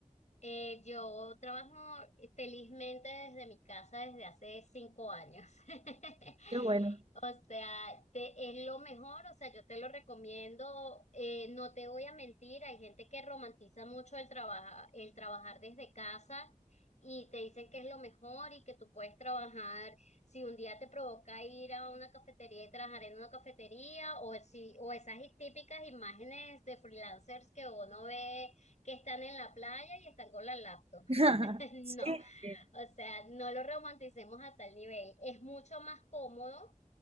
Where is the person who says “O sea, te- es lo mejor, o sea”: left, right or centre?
Left